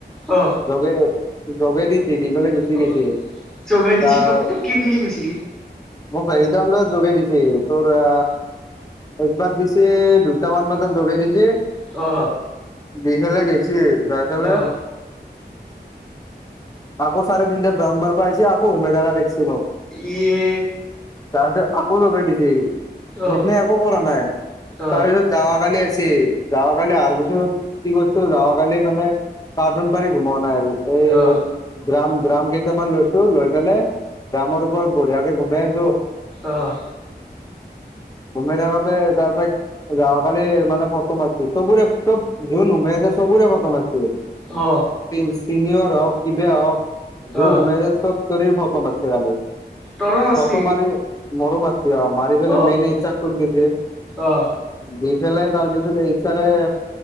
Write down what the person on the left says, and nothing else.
যোগে যোগে দি সি দিবলে গুচি
গৈছে
তাৰ
মোক চাৰিটামান বজাত যগাই দিছে তোৰ আ একবাৰ দিছে দুটামান বজাত যগাই দিছে
দিন হলে গৈছি যাই পেলে
আকৌ চাৰে তিনিটাত গ্ৰাউডাৰ পৰা আহিছে আকৌ সোমাই থকা দেখছি মোক
তাৰপিছত আকৌ লগাই দিছে সেইদিনা
একো কৰা নাই
তাৰপিছত যাৱা কালি আছে যাৱা কালি আহাৰ পিছত কি কৰছো যাৱা কালি মানে কাৰ্টুন পাৰী ঘুমা নাই আজি এই
ড্ৰাম ড্ৰাম কেইটামান লৈছো লৈ পেলাই ড্ৰামৰ ওপৰত বঢ়িয়াকে ঘুমাই আছো।
ঘুমাই থাকোঁতে তাৰপৰা যোৱা কালি মানে ফটো মাৰছো চবৰে চব জুন সোমাই আছে চবৰে ফটো মাৰছো
চিন চিনিয়ৰ হওক কিবা হওক যোন
সোমাই আছে চবৰে ফটো মাৰছো কালি
ফটো মাৰি মোৰো মাৰছি অ মাৰি পেলাই
মেইন ইচ্ছাত তোক দিছে
দি পেলে তাৰ পিছতে ইচ্ছাৰে